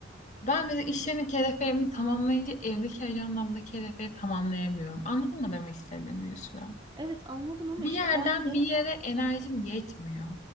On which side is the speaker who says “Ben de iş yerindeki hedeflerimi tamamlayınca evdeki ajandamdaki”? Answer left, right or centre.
Left